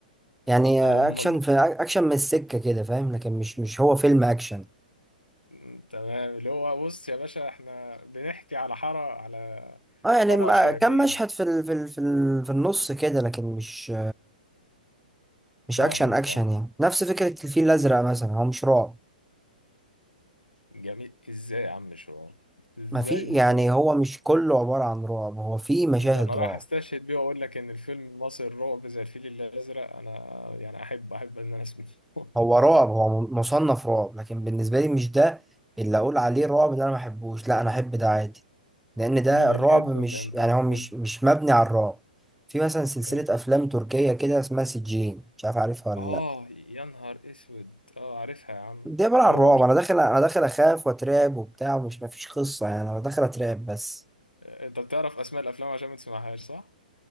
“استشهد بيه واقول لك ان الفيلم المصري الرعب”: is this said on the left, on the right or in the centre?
Left